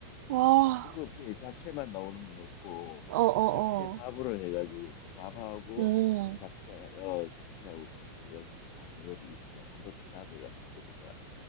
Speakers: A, on the right (about 60°); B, on the left (about 40°).
A: 와,
B: 중국식에 잡채만 나오는 건 없고
A: 어, 어,
B: 잡채 밥으로
A: 어.
B: 해가지고 이제 밥하고
A: 음.
B: 잡채 어 잡채하고 같이 해가지고 나오는 요리 있어. 한번 다음에 가서 먹어봐.